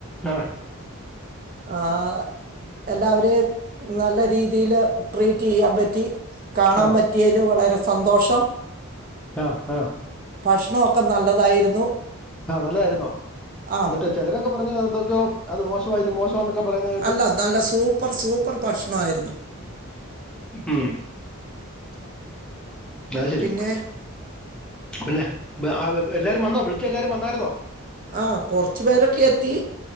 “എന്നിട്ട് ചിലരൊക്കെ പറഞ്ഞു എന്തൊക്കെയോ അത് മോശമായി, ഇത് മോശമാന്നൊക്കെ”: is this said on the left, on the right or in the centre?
Centre